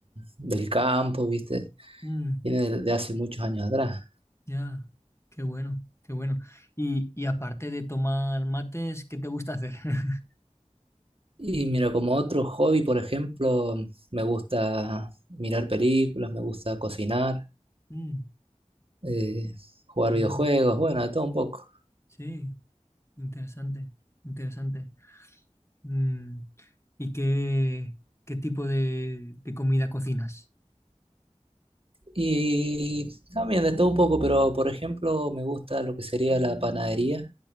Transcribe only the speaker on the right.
del campo, ¿viste?
Viene de, de hace muchos años atrás.
Y mira, como otro hobby, por ejemplo, me gusta mirar películas, me gusta cocinar.
eh, jugar
videojuegos,
bueno, de todo un poco.
Y también de todo un poco, pero por ejemplo me gusta lo que sería la panadería.